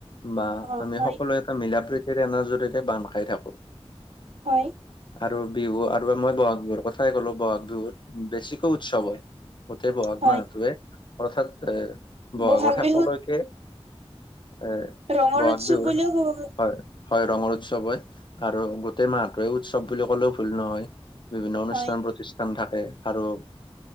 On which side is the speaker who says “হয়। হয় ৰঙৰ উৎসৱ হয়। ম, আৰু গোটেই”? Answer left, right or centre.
Left